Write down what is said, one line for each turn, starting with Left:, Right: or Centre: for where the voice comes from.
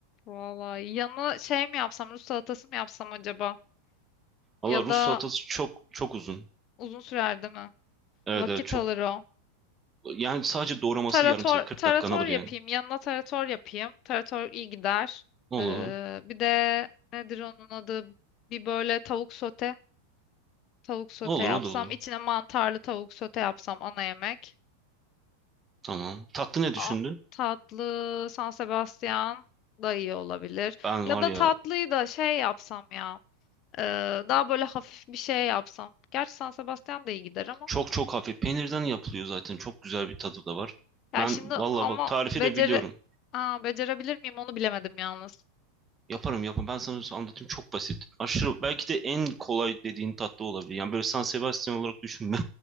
Left: Vallahi yanı şey mi yapsam Rus salatası mı yapsam acaba? Ya
Right: Valla Rus
Left: da
Right: salatası çok çok uzun.
Left: uzun sürer değil mi?
Right: Evet,
Left: Vakit
Right: evet çok
Left: alır o.
Right: yani sadece doğraması
Left: Tarator,
Right: yarım saat 40
Left: tarator
Right: dakikanı alır
Left: yapayım.
Right: yani.
Left: Yanına tarator yapayım. Tarator iyi gider.
Right: Ne
Left: Ee,
Right: olur?
Left: bir de nedir onun adı? Bir böyle tavuk sote. Tavuk sote
Right: Ne olur
Left: yapsam.
Right: o da olur.
Left: içine mantarlı tavuk sote yapsam ana yemek.
Right: Tamam. Tatlı ne düşündün?
Left: A- tatlı San Sebastian da iyi olabilir.
Right: Ben
Left: Ya
Right: var
Left: da
Right: ya
Left: tatlıyı da şey yapsam ya. ee, daha böyle hafif bir şey yapsam. Gerçi San Sebastian da iyi gider ama.
Right: Çok çok hafif. Peynirden yapılıyor zaten. Çok güzel bir tadı da var.
Left: Ya
Right: Ben
Left: şimdi
Right: valla
Left: ama
Right: bak tarifi
Left: beceri...
Right: de biliyorum.
Left: Aa, becerebilir miyim onu bilemedim yalnız.
Right: Yaparım yaparım. Ben sana anlatayım çok basit. Aşırı belki de en kolay dediğin tatlı olabilir. Yani böyle San Sebastian olarak düşünme.